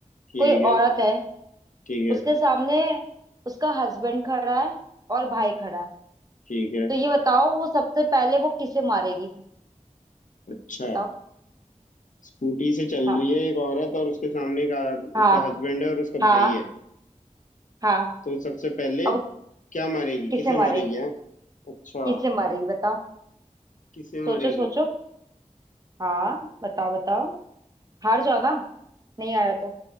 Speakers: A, on the left (about 75°); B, on the right (about 30°).
A: ठीक
B: कोई
A: है
B: औरत है
A: ठीक है
B: उसके सामने उसका हस्बैंड खड़ा है और भाई खड़ा है
A: ठीक है
B: तो ये बताओ वो सबसे पहले वो किसे मारेगी
A: अच्छा
B: बताओ
A: स्कूटी से चल
B: हाँ
A: रही है एक औरत और उसके सामने का
B: हाँ
A: उसका हस्बैंड है और उसका
B: हाँ
A: भाई है
B: हाँ
A: तो सबसे पहले
B: अब वो
A: क्या मारेगी
B: किसे
A: किसे
B: मारेगी
A: मारेगी है अच्छा
B: किसे मारेगी बताओ
A: किसे
B: सोचो
A: मारेगी
B: सोचो हाँ बताओ बताओ हार जाओ ना नहीं आ रहा तो